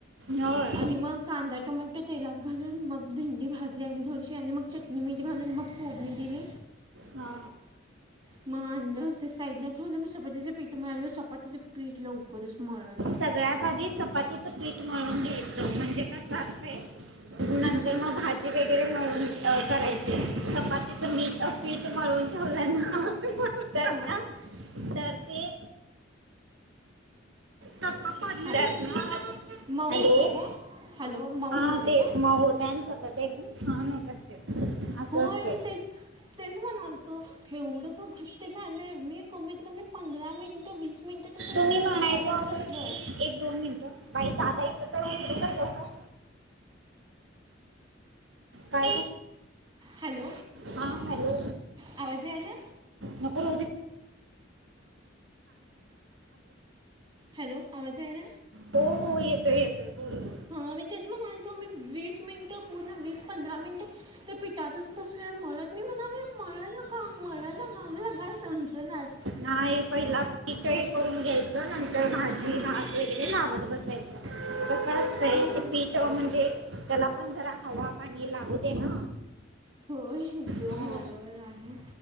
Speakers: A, on the right; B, on the right.
A: होय
B: आणि मग कांदा टोमाट तेलात घालून मग भेंडी भाजली आणि थोडीशी आणि मग चटणी मीठ घालून मग फोडणी दिली
A: हा
B: मनला ते साईडलाला म सपपािचे पीठ मारली सपपा चिचे पीठ ला उकरस मरला
A: सगळ्यात आधी चपातीचं प्विट मिळून घ्यायचं म्हणजे कसं असतं नंतर
B: हं?
A: मग भाजी वगैरे मिळून करायची चपातीच मीठ पीठ ते मळून ठेवलं ना त्यांना
B: हां
A: तर ते सस पा ना
B: हॅलो मऊ
A: हॅलो
B: होतंय
A: <inaudible>
B: काय हॅलो मऊ
A: हा
B: होतंय
A: ते
B: काय
A: मउ होत आणि सगळं ते एकदम छान होत असते असं
B: होय
A: असते
B: मी तेच तेच म्हणालतो एवढं का घट्ट झालंय मी कमीत कमी पंधरा मिनिट वीस मिनिट त्याच म
A: तुम्ही
B: त्याच्या
A: म्हणायचं
B: पिठातच
A: होतं
B: बसलोय
A: एक दोन मिनिटं बाई आता इथच होऊ जाऊ का का
B: हॅलो
A: हां हॅलो
B: आवाज यायला
A: म हॅल
B: हॅलो आवाज यायला
A: हो हो येतोय येतोय बोलोल
B: हा मी तेच मालतो आम्ही वीस मिनट पूर्ण वीस पंधरा मिनट त्या पिठातच बसलय म्हणत मी म्हणाले मळ न का मळलं का मला काय समज ना
A: नाही पहिला पीठ हे करून घ्यायचं नंतर भाजी भात वगैरे लावत बसायचं कस असतय
B: हं,
A: ते पीठ म्हणजे त्याला पण जरा हवा पाणी लागु दे ना
B: होय ते
A: हं.
B: बरोबर आहे